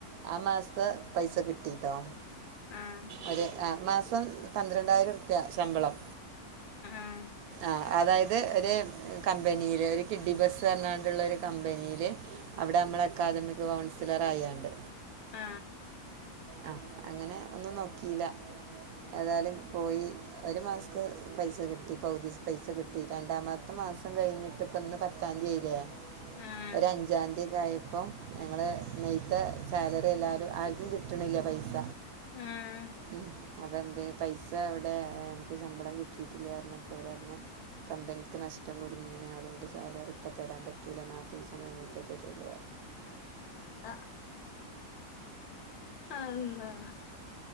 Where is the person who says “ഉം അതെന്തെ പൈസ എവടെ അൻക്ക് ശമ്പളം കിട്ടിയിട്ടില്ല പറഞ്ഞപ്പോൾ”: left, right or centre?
Right